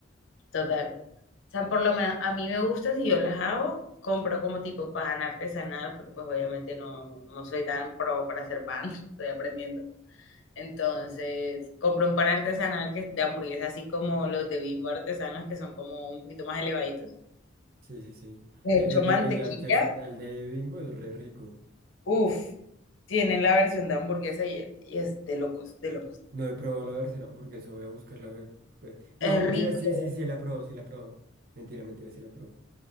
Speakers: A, on the left (about 80°); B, on the right (about 50°).
A: total. O sea, por lo menos a mí me gusta si yo las hago, compro como tipo pan artesanal, porque pues obviamente no, no, no soy tan pro para hacer pan, <laughs> estoy aprendiendo. Entonces, compro un pan artesanal que es de hamburguesa, así como los de Bimbo artesanos, que son como un poquito más elevaditos.
B: Sí, sí, sí.
A: De
B: E-
A: hecho,
B: e,
A: mantequilla,
B: El, el artesanal de Bimbo es re rico.
A: uff, tienen la versión de hamburguesa y, y es de locos, de locos.
B: No he probado la versión hamburguesa, voy a buscar la... ve- ve- No,
A: Es
B: mentira,
A: rico.
B: sí, sí, sí, la probó, sí, la probó. Mentira, mentira, sí, la probó.